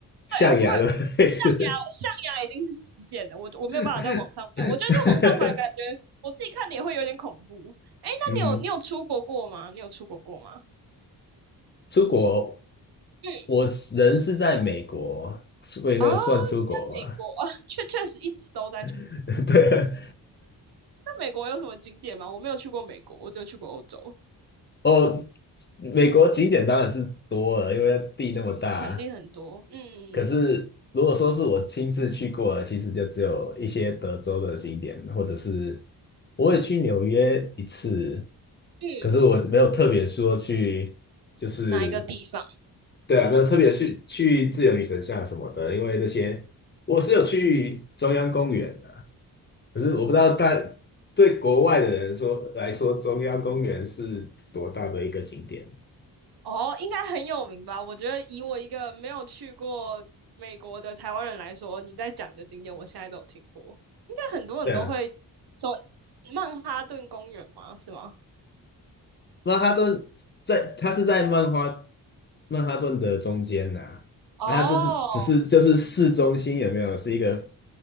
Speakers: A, on the left (about 30°); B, on the right (about 70°).
A: 象牙的
B: 对，我会象牙，
A: <laughs> 类似。
B: 象牙已经是极限了，我我没有办法在网上买，
A: <laughs>
B: 我觉得在网上买感觉我自己看的也会有点恐怖。哎，那你有你有出国过吗？
A: 嗯，
B: 你有出国过吗？
A: 出国，
B: 嗯，
A: 我人是在美国，所以那个算出国吗？
B: 啊，你在美国啊，确确实一直都在去
A: <laughs> 对啊，
B: 那美国有什么景点吗？我没有去过美国，我只有去过欧洲。
A: 哦，美国景点当然是多了，因为地那么大。
B: 嗯，肯定很多。嗯
A: 可是如果说是我亲自去过的，其实就只有一些德州的景点，或者是我也去纽约一次，
B: 嗯，
A: 可是我没有特别说去，就是
B: 哪一个地方？
A: 对啊，没有特别去去自由女神像什么的，因为那些我是有去中央公园的。可是我不知道大对国外的人说来说，中央公园是多大的一个景点？
B: 哦，应该很有名吧？我觉得以我一个没有去过美国的台湾人来说，你在讲的景点，我现在都有听过，应该很多人都会
A: 对啊，
B: 说曼哈顿公园吗？是吗？
A: 曼哈顿在它是在曼哈曼哈顿的中间呐、啊，
B: 哦，
A: 它就是只是就是市中心有没有是一个，